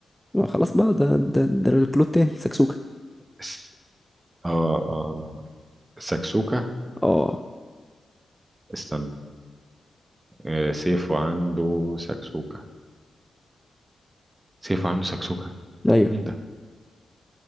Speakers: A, in the centre; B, on the right.
A: ما خلاص بقى ده ده ده الكلود تاني سكسوكة
B: اس- اه اه ساكسوكا
A: اه
B: استنى آه سيف وعنده ساكسوكا سيف وعنده ساكسوكا
A: أيوه
B: مين ده